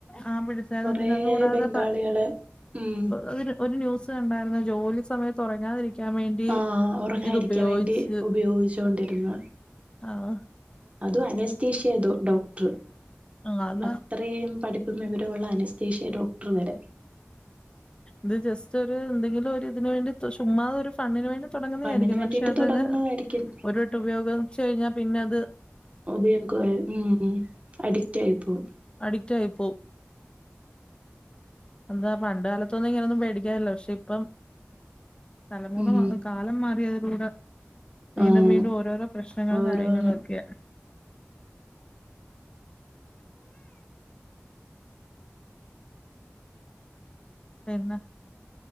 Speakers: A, on the left (about 20°); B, on the right (about 30°).
A: ആ പിടിച്ചായിരുന്നു
B: കൊറെ
A: പിന്നെ അതുകൂടാതെ
B: ബംഗാളികളെ ഉം
A: അതിന് ഒരു ന്യൂസ് കണ്ടായിര്ന്നു ജോലി സമയത്ത് ഒറങ്ങാതിരി ക്കാൻ വേണ്ടി
B: ആ ഉറങ്ങാതിരിക്കാൻ
A: ഇത് ഉപയോഗിച്ച്
B: വേണ്ടി ഉപയോഗിച്ചോണ്ടിരുന്ന
A: ആഹ്
B: അതും അനസ്തേഷ്യ തോ ഡോക്ടറ്
A: ആ അതാ
B: അത്ര ഇത്രേം പഠിപ്പും വിവരൊള്ള അനസ്തേഷ്യാ ഡോക്ടറ് വെരെ
A: ഇത് ജസ്റ്റ് ഒരു എന്തെങ്കിലും ഒരു ഇതിന് വേണ്ടി ചുമ്മാ ഒരു ഫണ്ണിന് വേണ്ടി തൊടങ്ങുന്നതിയിരിക്കും
B: ഫണ്ണിന് വേണ്ടിയിട്ട്
A: പക്ഷെ അതങ്ങ്
B: തുടങ്ങുന്നതായിരിക്കും
A: ഒരുവട്ടം ഉപയോഗം ച്ച് കഴിഞ്ഞാ പിന്നത്
B: ഉപയോഗേ ഉം ഉം അഡിക്റ്റായിപ്പോവും
A: അഡിക്റ്റായിപ്പോ എന്താ പണ്ട് കാലത്തൊന്നും ഇങ്ങനൊന്നും പേടിക്കാനില്ല പക്ഷെ ഇപ്പം തലമുറ
B: ഉം
A: കാ കാലം മാറിയതിലൂടെ വീണ്ടും
B: ആഹ്
A: വീണ്ടും ഓരോരോ പ്രശ്നങ്ങള്
B: ഓരോന്ന്
A: കാര്യങ്ങളൊക്കെയാ പന്നെ